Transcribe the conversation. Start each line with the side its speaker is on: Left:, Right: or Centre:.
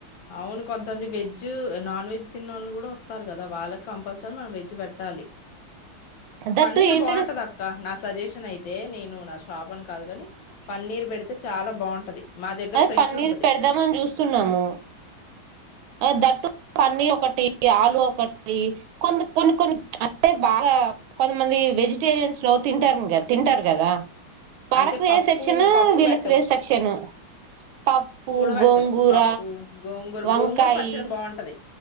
Left: అవును కొంతమంది వెజ్ నాన్ వెజ్ తిన్న వాళ్ళు కూడా వస్తారు కదా వాళ్ళకి కంపల్సరీ మనం వెజ్ట్ట ట్టాల
Right: దట్
Left: పన్నీర్
Right: టూ ఏంటంటే
Left: బాగుంటది
Right: స్-
Left: అక్క నాకు సజెషన్ అయితే నేను నా షాప్ అని కాదు కాని పన్నీర్ పెడితే చాలా బాగుంటది మా దగ్గర
Right: అదే
Left: ఫ్రెష్
Right: పన్నీర్
Left: ఉంటది
Right: పెడదామని చూస్తున్నాము ఆ దట్టు పనీ ఒకటి ఆలు ఒకటి కొన్ని కొన్ని అంటే బాగా కొంతమంది వెజిటేరియన్స్ లో తింటారు కా తింటారు కదా వాలకు
Left: అయితే
Right: వేరే
Left: పప్పు
Right: సెక్షన్
Left: పప్పు
Right: వీళ్ళకి
Left: పెట్టొచ్చు
Right: వేరే సెక్షన్ పప్పు,
Left: కూడా
Right: గోంగూర,
Left: పెట్టొచ్చు పప్పు గోంగూర
Right: వంకాయి
Left: గోంగూర పచ్చడి బాగుంటది